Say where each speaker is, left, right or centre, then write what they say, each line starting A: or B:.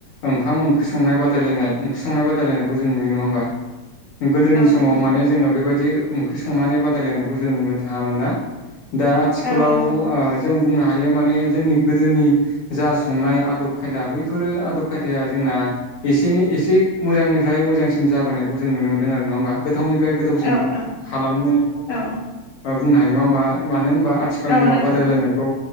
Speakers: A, on the left; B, on the left.
A: ओंखाम ओंख्रि ओख्रिंनाय बादायनाय ओंख्रि संनाय बादायलनाय जों नुयो नङा होमबा। गोदोनि
B: औ
A: समाव
B: नंगौ
A: माने जोङो बेबायदि ओंख्रि संनानै बादायलायनायखौ जों नुनो थाङामोन ना। दा आथिखालाव
B: औ नंगौ
A: जों बुंना हायो माने जोंनि गोदोनि जा संनाय आदब खायदा बैफोरो आदब खायदाया जोंना एसेै एसे मोजांनिफ्राय मोजांसिन जाबोनायखौ जों नुनो मोनदों आरो नङा होमबा। गोथावनिफ्राय गोथावसिन
B: औ औ
A: खालामनायखौ जों
B: औ
A: बुंनो हायो नङा होमबा मानो होनबा आथिखाल
B: औ
A: जोङो
B: नंगौ
A: बादायलायनायखौ